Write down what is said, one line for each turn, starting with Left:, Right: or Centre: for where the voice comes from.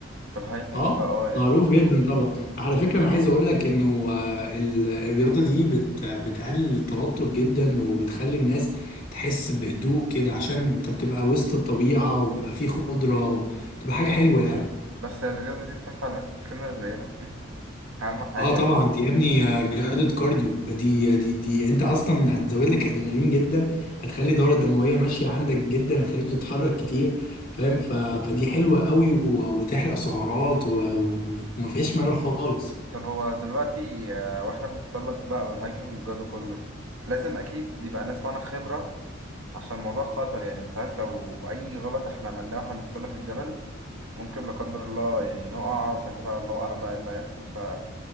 Right: في الهايكنج
Left: اه
Right: فاه يعني
Left: معروف
Right: في
Left: جدا
Right: مصر
Left: طبعا على فكرة انا عايز اقول لك انه آه، ال- الرياضة دي بت بتقلل التوتر جدا وبتخلي الناس تحس بهدوء كده عشان انت بتبقى وسط الطبيعة وبيبقى فيه خضرة بتبقى حاجة حلوة يعني
Right: بس الرياضه دي تنفع الناس التخينه زينا <laughs> اهم حاجه
Left: اه طبعا
Right: يعني.
Left: دي يا ابني آه، رياضة كارديو دي دي دي انت اصلا هتزود لك ادرينالين جدا هتخلي الدورة الدموية ماشية عندك جدا هتخليك تتحرك كتير فاهم ف... فدي حلوة قوي و... وتحرق سعرات و... ومفيش ملل خالص
Right: طب هو دلوقتي آه، واحنا بنتسلق بقى بالهايكنج والجو ده كله لازم اكيد يبقى ناس معانا خبره عشان الموضوع خطر يعني انت عارف لو اي غلط احنا عملناه واحنا بنتسلق الجبل ممكن لا قدر الله يعني نقع وساعتها بقى الله أعلم بقى إيه اللي هيحصل فلازم